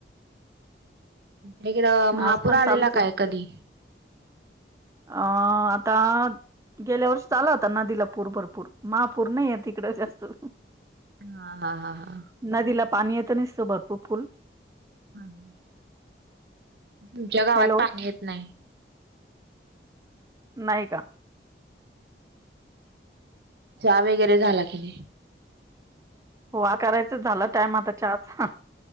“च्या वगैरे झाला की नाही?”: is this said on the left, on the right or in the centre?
Right